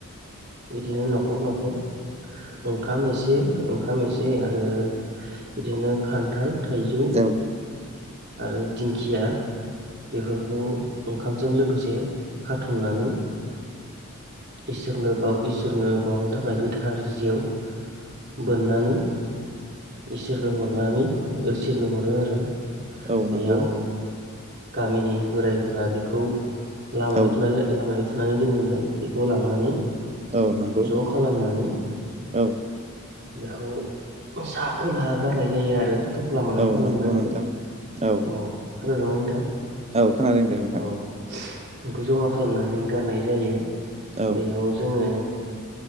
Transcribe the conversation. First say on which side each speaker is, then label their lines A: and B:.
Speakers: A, on the right (about 50°); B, on the right (about 30°).
A: बिदिनो न'खर न'खर ओंखाम एसे ओंखाम एसे आरो बिदिनो खान्थाल, थाइजौ
B: दाउ
A: आरो दिंखिया बेफोरखौ ओंखामजों लोगोसे खाथुमनानै इसोरनो बाव इसोरनो बावनो थाखाय गोथार जिआव बोननानै इसोरनो हरनानैसोरनो हरो आरो।
B: औ
A: बेयाव
B: नंगौ।
A: गामिनि बोरायफोरा बेखौ लामायाव
B: औ
A: लामायाव थुनानै दोननोलाय बेखौ लांनानै
B: औ नंगौ
A: ज' खालामनानै
B: औ
A: बेखौ सा खोलाहा गारनाय जायो आरो थफ्ला मोननै
B: औ
A: खालामनानै
B: नंगौ नोंथां औ
A: अ खोनादोंना नोंथां?
B: औ खोनादों दे नोंथां।
A: औ बेखौ जमा खालामनानै गारनाय जायो
B: औ
A: बेयाव जोङो